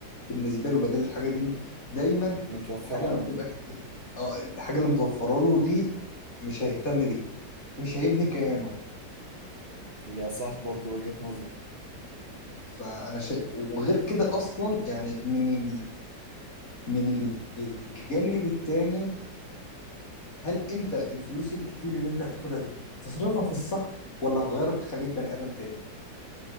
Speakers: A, on the left; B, on the right.
A: بالنسبة له بدل الحاجة دي دايما
B: متوفرة
A: الحاجة لما
B: عنده
A: تبقى اه الحاجة اللي متوفرة له دي مش هيهتم بيها مش هيبني كيانه
B: يا صح برضه وجهة نظر
A: فانا شا... وغير كده اصلا يعني من ال... من الجانب التاني هل انت الفلوس الكتير اللي انت هتاخدها دي تصرفها في الصح ولا هتغيرك تخليك بني ادم تاني